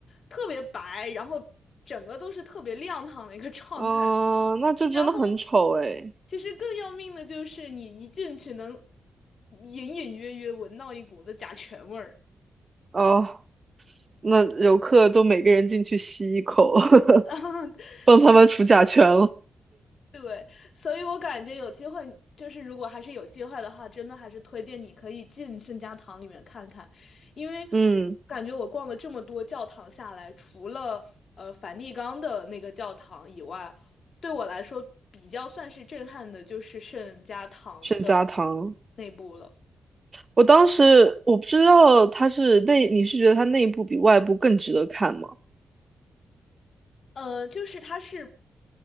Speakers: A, on the left (about 55°); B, on the right (about 35°).
A: 特别白，然后整个都是特别亮堂的一个 <laughs> 状态。
B: 哦，那就真的很丑哎。
A: 然后，其实更要命的就是你一进去能隐隐约约闻到一股子甲醛味儿。
B: 哦，那游客都每个人进去吸一口，
A: <laughs>
B: <laughs> 帮他们除甲醛了。
A: 对，所以我感觉有机会，就是如果还是有机会的话，真的还是推荐你可以进圣家堂里面看看，因为
B: 嗯，
A: 感觉我逛了这么多教堂下来，除了呃梵蒂冈的那个教堂以外，对我来说比较算是震撼的，就是圣家堂的
B: 圣家堂，
A: 内部了。
B: 我当时我不知道它是内，你是觉得它内部比外部更值得看吗？
A: 呃，就是它是